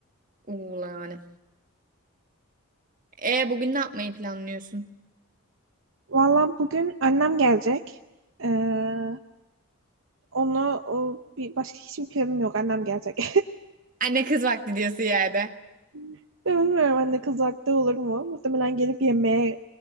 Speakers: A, on the right; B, on the right.
A: Uğla yani. E bugün ne yapmayı planlıyorsun?
B: Valla bugün annem gelecek. Ee, onu o, bir başka hiçbir planım yok. Annem gelecek.
A: Anne kız vakti diyorsun yerde.
B: <laughs> Bilmiyorum anne kız haklı olur mu? Muhtemelen gelip yemeğe